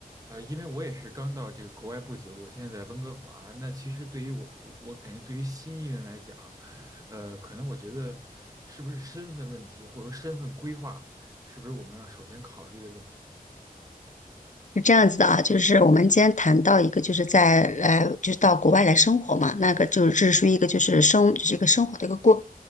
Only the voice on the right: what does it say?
呃，因为我也是刚到这个国外不久，我现在在温哥华。那其实对于我，我我感觉对于新移民来讲，呃，可能我觉得是不是身份问题，或者说身份规划，是不是我们要首先考虑的问题？